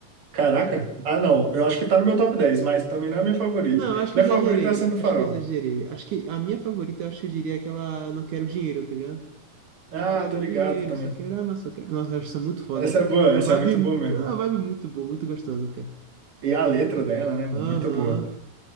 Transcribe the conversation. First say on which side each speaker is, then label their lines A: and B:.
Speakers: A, on the right; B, on the right.
A: Caraca, ah não, eu acho que tá no meu top dez mas também não é a minha favorita.
B: Não, acho que
A: Minha
B: exagerei.
A: favorita é Acendo Farol.
B: Acho que exagerei. Acho que a minha favorita, eu acho que eu diria é aquela Não Quero Dinheiro, tá ligado?
A: Ah,
B: Não quero
A: tô ligado
B: dinheiro,
A: também.
B: só quero amar, só quero. Nossa, eu acho isso muito foda.
A: Essa é boa,
B: A
A: essa
B: vibe,
A: é muito boa mesmo.
B: a vibe muito boa, muito gostosa, cara.
A: E a letra dela, né, mano?
B: Aham.
A: Muito boa.